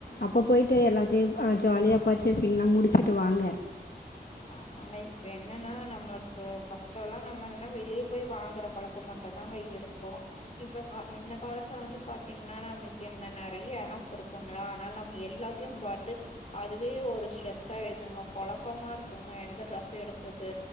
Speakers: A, on the left; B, on the left.
A: அப்போ போயிட்டு எல்லாத்தையு ஆ ஜாலியா பர்ச்சேஸிங்லா முடிச்சுட்டு வாங்க.
B: ஆமாங்க இப்ப என்னன்னா நம்மளுக்கு ஃபஸ்ட்டல்லா நம்மல்லா வெளிய போய் வாங்குற பழக்கோ மட்டும்தாங்க இருக்கு இப்பங்க இந்த காலத்துல வந்து பாத்தீங்ன்னா நம்மளுக்கு இந்த நெறைய ஆப் இருக்குங்களா அதனால நம்ம எல்லாத்தையு பாத்து அதுவே ஒரு ஸ்ட்ரெஸ்ஸா ஆயிருதுங்க கொழப்பமா இரு க்குங்க எந்த ட்ரெஸ் எடுக்குறது